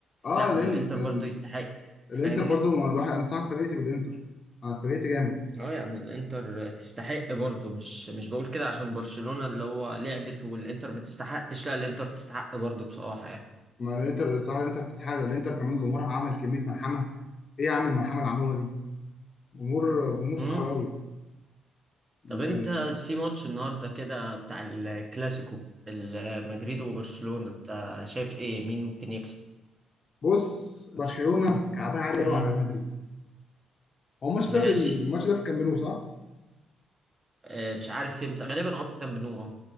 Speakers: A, on the left; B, on the right.
A: اه
B: لا ما
A: لان
B: الانتر
A: ال...
B: برضه يستحق
A: الانتر
B: فاهمني
A: برضو ما الواحد انا الصراحه اتفاجئت بالانتر انا اتفاجئت جامد
B: اه يعني الانتر تستحق برضه مش مش بقول كده عشان برشلونة اللي هو لعبت والانتر ما تستحقش لا الانتر تستحق برضه بصراحة يعني
A: ما الانتر الصراحه الانتر تستحق الانتر كمان جمهورها عمل كميه ملحمه ايه يا عم الملحمه اللي عملوها دي جمهور جمهور
B: امم
A: صعب قوي
B: طب انت
A: كان
B: في ماتش النهارده كده بتاع الكلاسيكو ال- مدريد وبرشلونة انت شايف ايه مين ممكن يكسب
A: بص برشلونه كعبها عالي
B: مم.
A: قوي على ريال مدريد هو الماتش
B: ماشي
A: ده في الماتش ده في الكامب نو صح؟
B: اه مش عارف فين بس غالبا اه في كامب نو اه